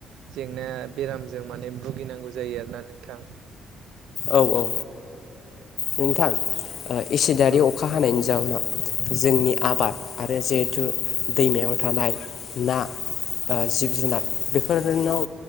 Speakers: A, on the right; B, on the left.
A: जेंना बेरामजों माने भुगिनांगौ जायो आरोना नोंथां।
B: औ औ ओ नोंथां ओ एसिदआरि
A: औ
B: अखा हानायनि जाउनाव जोंनि आबाद आरो जिहेथु दैमायाव थानाय ना ओ जिब जुनार बेफोरोनाव